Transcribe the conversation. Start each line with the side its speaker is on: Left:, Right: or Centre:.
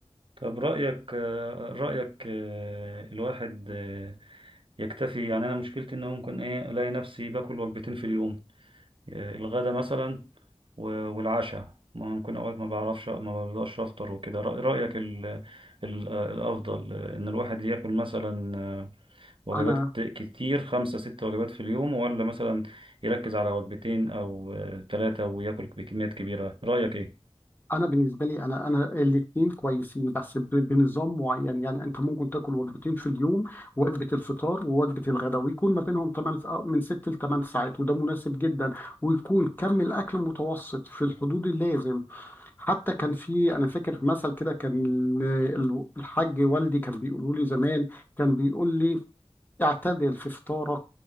Right: طب رأيك آه، رأيك آه، الواحد آه، يكتفي يعني أنا مشكلتي إن ممكن إيه ألاقي نفسي باكل وجبتين في اليوم آه، الغدا مثلا و- والعشاء ممكن أوقات ما بعرفش ما بقدرش أفطر وكده رأ- رأيك ال- ال- الأفضل آه، إن الواحد ياكل مثلا آه، وجبات
Left: انا
Right: كت- كتير خمسة ست وجبات في اليوم ولا مثلا يركز على وجبتين أو ثلاثة وياكل بكميات كبيرة رأيك إيه؟
Left: انا بالنسبه لي انا انا الاثنين كويسين بس ب- بنظام معين يعني انت ممكن تاكل وجبتين في اليوم وجبه الفطار ووجبه الغداء ويكون ما بينهم 8 من 6 ل 8 ساعات وده مناسب جدا ويكون كم الاكل متوسط في الحدود اللازم حتى كان في انا فاكر مثل كده كان ال- ال- الحاج والدي كان بيقولوا لي زمان كان بيقول لي اعتدل في فطارك